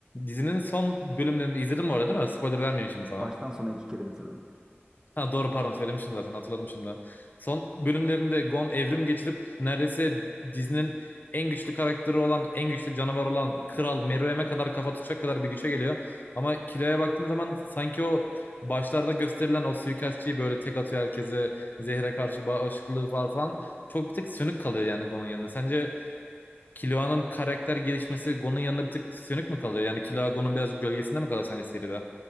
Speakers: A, on the left; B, on the right.
A: Dizinin son bölümlerinde izledim bu arada değil mi? Spoiler vermeyeyim şimdi sana.
B: Baştan sona iki kere bitirdim.
A: Ha doğru pardon söylemiştin zaten hatırladım şimdi. Son bölümlerinde Gon evrim geçirip neredeyse dizinin en güçlü karakteri olan, en güçlü canavar olan Kral Meruem'e kadar kafa tutacak kadar bir güce geliyor. Ama kiloya baktığın zaman sanki o başlarda gösterilen o suikastçıyı böyle tek atıyor herkese, zehre karşı bağışıklığı var falan. Çok bir tık sönük kalıyor yani Gon'un yanında. Sence Killua'nın karakter gelişmesi Gon'un yanında bir tık sönük mü kalıyor? Yani Killua Gon'un birazcık gölgesinde mi kalıyor sence seride?